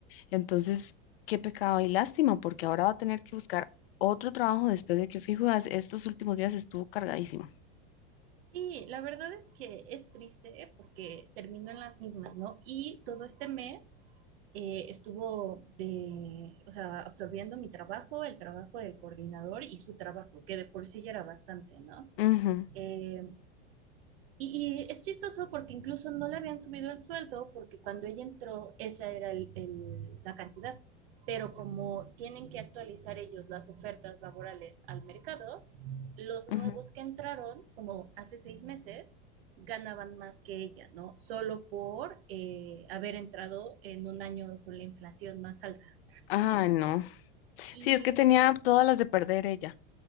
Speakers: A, on the left; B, on the right.
A: Entonces, qué pecado y lástima, porque ahora va a tener que buscar otro trabajo después de que fijo, as- estos últimos días estuvo cargadísimo.
B: sí, la verdad es que es triste porque terminó en las mismas, ¿no? Y todo este mes eh, estuvo de, o sea, absorbiendo mi trabajo, el trabajo del coordinador y su trabajo, que de por sí ya era bastante, ¿no?
A: Ujú,
B: Eh, Y, y es chistoso porque incluso no le habían subido el sueldo porque cuando ella entró esa era el- el- la cantidad. Pero como tienen que actualizar ellos las ofertas laborales al mercado, los nuevos
A: ujú.
B: que entraron, como hace seis meses, ganaban más que ella, ¿no? Solo por eh, haber entrado en un año con la inflación más alta.
A: Ay, no.
B: Y
A: Sí, es que tenía todas las de perder ella,